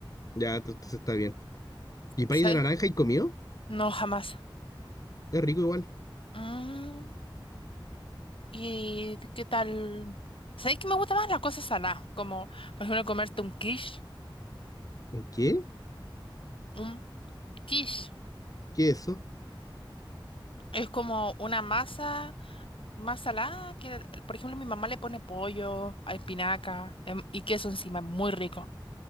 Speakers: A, on the left; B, on the left.
A: Ya, ent- entonces está bien. ¿Y país
B: ¿Sabes?
A: de naranja y comido?
B: No, jamás.
A: Es rico igual.
B: Mm, ¿y qué tal? ¿Sabéis que me gustan más las cosas saladas? Como, por ejemplo, comerte un quiche.
A: ¿Un qué?
B: Un quiche
A: ¿Qué es eso?
B: es como una masa más salada que, por ejemplo, mi mamá le pone pollo, a espinaca em, y queso encima. Muy rico.